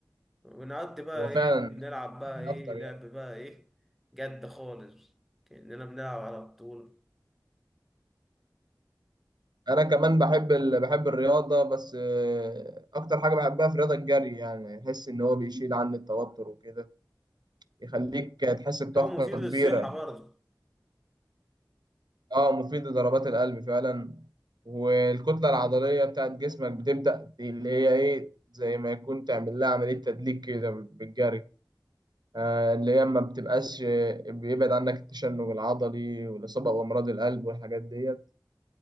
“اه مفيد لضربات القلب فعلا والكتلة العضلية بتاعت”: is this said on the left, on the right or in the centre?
Right